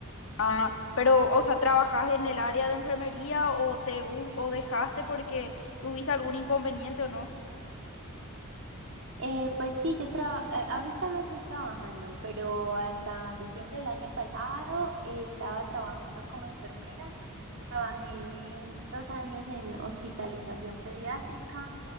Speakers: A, on the left (about 65°); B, on the right (about 60°).
A: Ah, pero, o sea, ¿trabajás en el área de enfermería o te gu- o dejaste porque tuviste algún inconveniente o no?
B: Eh, pues sí, yo traba- eh, ahorita no estoy trabajando, pero hasta diciembre del año pasado eh, estaba trabajando como enfermera Trabajé dos años en hospitalización pediátrica